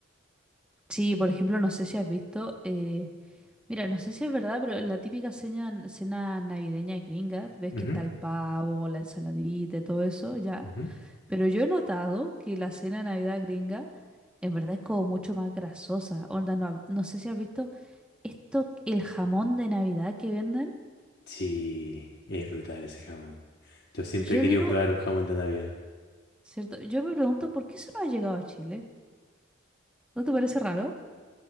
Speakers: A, in the centre; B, on the left (about 50°).
A: Sí, por ejemplo, no sé si has visto... eh, Mira, no sé si es verdad, pero en la típica cena, cena navideña de gringa, ves
B: Ujú,
A: que está el pavo, la ensaladita, y todo eso, ya.
B: ujú.
A: Pero yo he notado que la cena de Navidad gringa en verdad es como mucho más grasosa. Onda, no, ha- no sé si has visto esto, el jamón de Navidad que venden.
B: Sí, es brutal ese jamón. Yo siempre
A: Yo
B: he querido
A: digo,
B: probar un jamón de Navidad.
A: ¿cierto? Yo me pregunto por qué eso no ha llegado a Chile. ¿No te parece raro?